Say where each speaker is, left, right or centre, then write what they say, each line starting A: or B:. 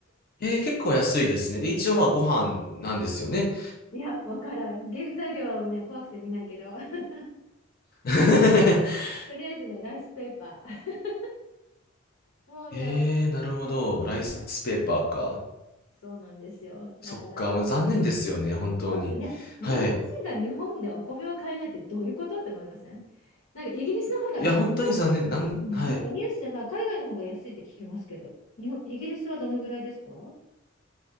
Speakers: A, on the left; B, on the left.
A: えー、結構安いですね。で、一応まあご飯なんですよね。
B: <laughs> いや、わからん。原材料はね、怖くて見ないけど、<laughs>
A: <laughs>
B: とりあえずね、ライスペーパー。<laughs> もうね、
A: えー、
B: お米はね、
A: なるほど。
B: 食べれない。
A: ライスペーパーか。
B: そうなんですよ。だから、
A: そっか。もう残念ですよね、本当に。
B: 本当、いや、日本人が日本でお米を買えないってどういうことって思いませんなんかイギリスの方が、
A: はい。いや、
B: なんかニュース、
A: 本当に残念で、なん、
B: うんなんかニュースでは海外の方が安いって聞きますけど、
A: はい。
B: 日本、イギリスはどのぐらいですか